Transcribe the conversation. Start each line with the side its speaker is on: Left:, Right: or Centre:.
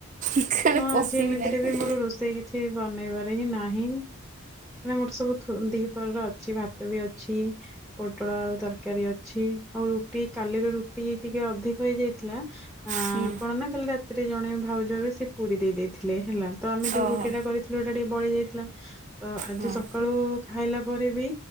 Right: କାଳେ
Centre: ହଁ
Right: ପଶିବି
Centre: ଆଜି ଏମିତିରେ
Right: ନାହିଁ
Centre: ବି ମୋର ରୋଷେଇ କିଛି ବନେଇବାରେ ହିଁ ନାହିଁ। ମାନେ ମୋର ସବୁ ଦିହିପରର ଅଛି ଭାତ ବି ଅଛି। ପୋଟଳ ଆଳୁ ତରକାରୀ ଅଛି ଆଉ ରୁଟି କାଲିର ରୁଟି ଟିକେ ଅଧିକ ହେଇଯାଇଥିଲା ଆ
Right: ହୁଁ
Centre: କଣ ନା କାଲି ରାତିରେ ଜଣେ ଭାଉଜ ହେବେ ସେ ପୁରୀ ଦେଇ ଦେଇେଇଥିଲେ ହେଲା। ତ ଆମେ ଯୋଉ
Right: ଓହୋ
Centre: ରୁଟି ଟା କରିଥିଲୁ ଏଇଟା ଟିକେ ବଳି ଯାଇଥିଲା ତ ଆଜି
Right: ହଁ
Centre: ସକାଳୁ ଖାଇଲା ପରେ ବି।